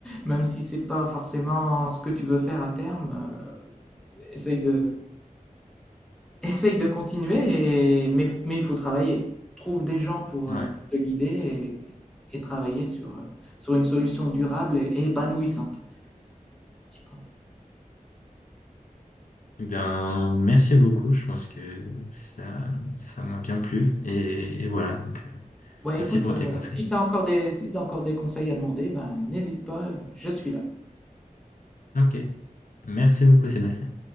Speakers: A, in the centre; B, on the left.
A: même si c'est pas forcément ce que tu veux faire à terme. euh, essaye de, Essaye de continuer, et... mais, mais il faut travailler. Trouve des gens pour,
B: Ouais.
A: euh, pour te guider et, et travailler sur, euh, sur une solution durable et, et épanouissante. je pense.
B: Eh bien, merci beaucoup. Je pense que ça, ça m'a bien plu. Et, et voilà. Donc, euh,
A: Ouais,
B: merci
A: écoute,
B: pour
A: euh,
B: tes conseils.
A: si tu as encore des, si t'as encore des conseils à demander, ben, n'hésite pas, euh, je suis là.
B: Ok. Merci beaucoup, Sébastien.